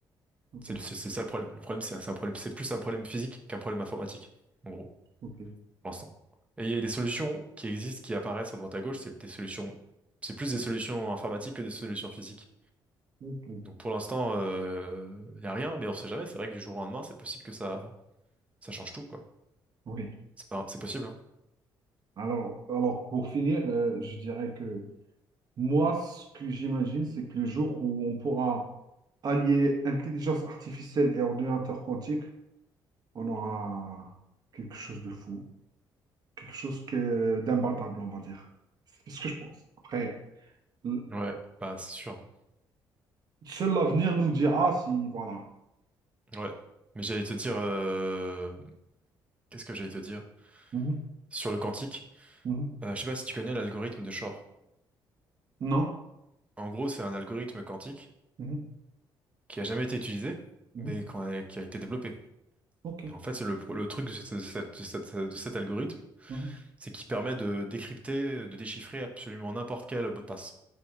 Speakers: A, on the right (about 50°); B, on the right (about 15°).
A: ok,
B: C'est le- c'est- c'est ça le problème. Le problème, c'est un c'est un problème, c'est plus un problème physique qu'un problème informatique, en gros,
A: ok,
B: pour l'instant. Et les solutions qui existent, qui apparaissent à droite à gauche, c'est des solutions, c'est plus des solutions informatiques que des solutions physiques.
A: ok.
B: Donc pour l'instant, il n'y a rien, mais on sait jamais. C'est vrai que du jour au lendemain, c'est possible que ça, ça change tout, quoi.
A: Oui.
B: C'est pas, c'est possible, hein.
A: Alors, alors pour finir, euh, je dirais que Moi, ce que j'imagine, c'est que le jour où on pourra allier intelligence artificielle et ordinateur quantique, on aura quelque chose de fou, quelque chose que d'imbattable, on va dire. C'est ce que je pense. Après, l-
B: Ouais, bah c'est sûr.
A: seul l'avenir nous dira si, voilà.
B: hein. Ouais. Mais j'allais te dire, euh, qu'est-ce que j'allais te dire?
A: Mhm,
B: Sur le quantique,
A: mhm.
B: euh, je sais pas si tu connais l'algorithme de Shor.
A: Non?
B: En gros, c'est un algorithme quantique
A: Mhm,
B: qui a jamais été utilisé,
A: mhm.
B: mais qu'on a- qui a été développé.
A: Ok.
B: Et en fait, c'est le, le truc de, cette- de cette- de cette- de cet algorithme,
A: Mhm.
B: c'est qu'il permet de décrypter, de déchiffrer absolument n'importe quel mot de passe.